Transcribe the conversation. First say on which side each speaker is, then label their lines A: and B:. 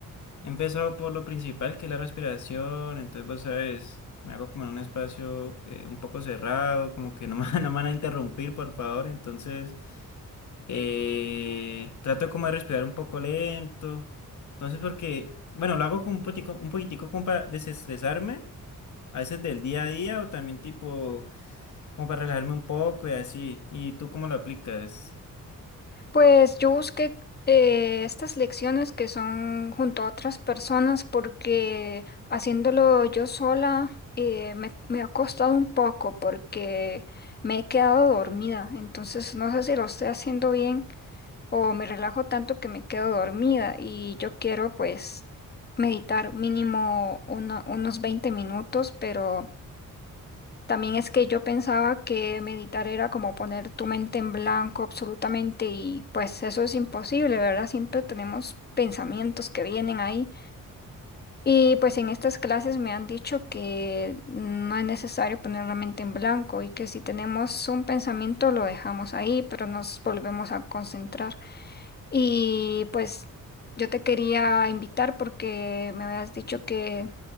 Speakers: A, on the left (about 60°); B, on the left (about 30°).
A: he empezado por lo principal que es la respiración, entonces vos sabes, me hago como en un espacio eh, un poco cerrado, como que no me, <laughs> no me van a interrumpir, por favor, entonces eh, trato como de respirar un poco lento, entonces porque, bueno, lo hago como un poquitico, un poquitico como para desestresarme. A veces del día a día o también tipo como para relajarme un poco y así. ¿Y tú cómo lo aplicas?
B: Pues yo busqué eh, estas lecciones que son junto a otras personas porque haciéndolo yo sola eh, me, me ha costado un poco porque me he quedado dormida. Entonces no sé si lo estoy haciendo bien o me relajo tanto que me quedo dormida y yo quiero pues meditar mínimo uno- unos 20 minutos, pero... También es que yo pensaba que meditar era como poner tu mente en blanco absolutamente y pues eso es imposible, ¿verdad? Siempre tenemos pensamientos que vienen ahí y pues en estas clases me han dicho que no es necesario poner la mente en blanco y que si tenemos un pensamiento lo dejamos ahí, pero nos volvemos a concentrar. Y pues yo te quería invitar porque me habías dicho que